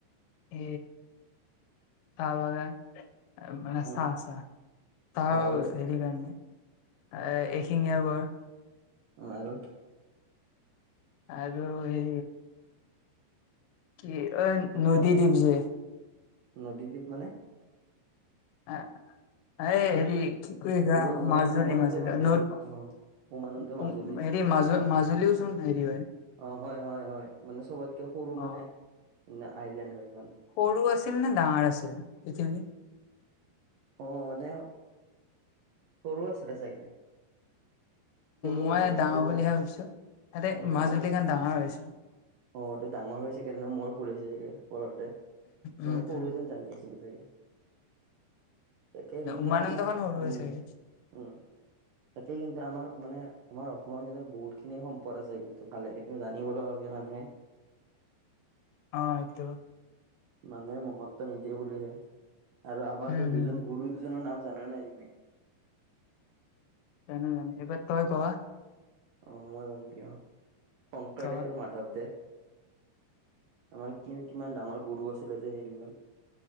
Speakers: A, on the left; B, on the right.
A: এ চাহ বাগান মানে
B: উম
A: চাহ চাহ তাৰ
B: আৰু
A: হেৰি কাৰণে এ এশিঙীয়া গড়
B: অ আৰু
A: আৰু হে কি অ নদি দ্বীপ যে
B: নদীদ্বীপ মানে
A: অ আহ হেৰি কি কৰিছা
B: অ উমান
A: মাজুলী
B: উমানন্দখন
A: মাজুলী
B: আৰু
A: ন
B: অ উমানন্দ মাজুলী
A: হেৰি মাজুল মাজুলীওচোন হেৰি হয়
B: অ হয় হয় হয় মানে চবতকে সৰু
A: অ
B: মানে আইলেণ্ড হয় স
A: সৰু আছিল নে ডাঙৰ আছিল পৃথিৱী
B: অ মানে সৰু আছিলে চাগে সৰু
A: মই
B: হয় চাগে
A: ডাঙৰ
B: সৰু
A: বুলিহে
B: হয়
A: ভাবিছো ইতে
B: অ ডাঙৰ
A: মাজুলীখন
B: আছিলে
A: ডাঙৰ হৈছিল
B: অ এইটো ডাঙৰ হৈ চাগে তেনে মোৰ ফুল হৈছে চাগে পৰতে ত
A: উম
B: মই সৰু
A: উম
B: যেন জানি আছিলো চাগে তাকে কিন্তু
A: উমানন্দ
B: মানে
A: খন সৰু
B: উম
A: হৈ চাগে
B: উম তাকে কিন্তু আমাৰ মানে আমাৰ অসমৰ কিন্তু বহুত খিনি সম্পদ আছে কিন্তু ভালেখিনি জানিব লগা আৰু কি মানুহে <unintelligible>
A: অ সেইটো
B: মানুহে মহত্ব নিদিয়ে বুলিহে আৰু আমাৰতো
A: উম
B: দুজন
A: হম
B: গুৰু দুজনৰ নাম জানা নাই তুমি
A: জানো জানো এইবাৰ তই কোৱা
B: অ মই গম ন অ শংকৰদেৱ
A: ক
B: আৰু মাধৱদেৱ আমাৰ কি কিমান ডাঙৰ গুৰু আছিলে যে হেৰিজন